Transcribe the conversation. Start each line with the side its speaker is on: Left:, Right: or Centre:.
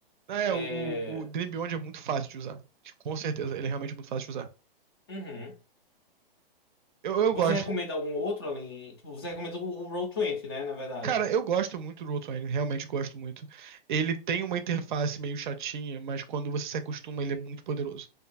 Right: Ah, é,
Left: É...
Right: o, o o Disney Beyond é muito fácil de usar. Com certeza, ele é realmente muito fácil de usar.
Left: uhum.
Right: Eu, eu
Left: Você
Right: gosto.
Left: recomenda algum outro além? Tipo, você recomenda o o Roll 20, né? Na verdade.
Right: Cara, eu gosto muito do Outline, realmente gosto muito. Ele tem uma interface meio chatinha, mas quando você se acostuma, ele é muito poderoso.